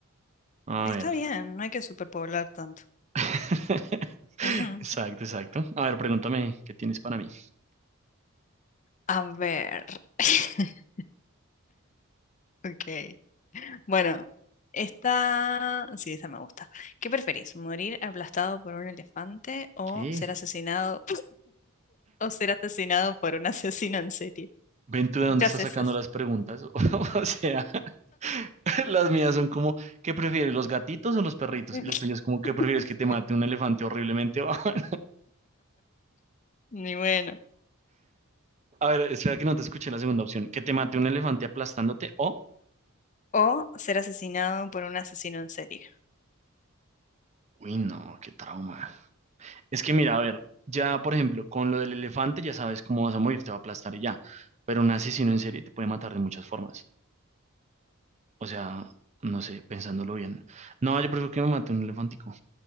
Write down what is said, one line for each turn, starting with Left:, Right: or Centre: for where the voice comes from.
Right: A
Left: está
Right: ver.
Left: bien, no hay que superpoblar tanto.
Right: <laughs>
Left: Ujú.
Right: Exacto, exacto. A ver, pregúntame, ¿qué tienes para mí?
Left: A ver. <laughs> Ok. Bueno, esta, sí, esta me gusta. ¿Qué preferís? ¿Morir aplastado por un elefante o
Right: ¿Qué?
Left: ser asesinado o ser asesinado por un <laughs> asesino en serie.
Right: ¿Ven tú de
Left: Muchas
Right: dónde estás
Left: veces.
Right: sacando las preguntas? <laughs> O sea, <laughs> las mías son como, ¿qué prefieres, los gatitos o los perritos?
Left: <laughs>
Right: Y la tuya es como, ¿qué prefieres
Left: Sí.
Right: que te mate un elefante horriblemente? <laughs>
Left: Ni bueno.
Right: A ver, espera que no te escuché la segunda opción. Que te mate un elefante aplastándote o...
Left: O ser asesinado por un asesino en serie.
Right: Uy, no, qué trauma. Es que mira, a ver, ya por ejemplo, con lo del elefante ya sabes cómo vas a morir, te va a aplastar y ya. Pero un asesino en serie te puede matar de muchas formas. O sea, no sé, pensándolo bien. No, yo prefiero que me mate un elefantico.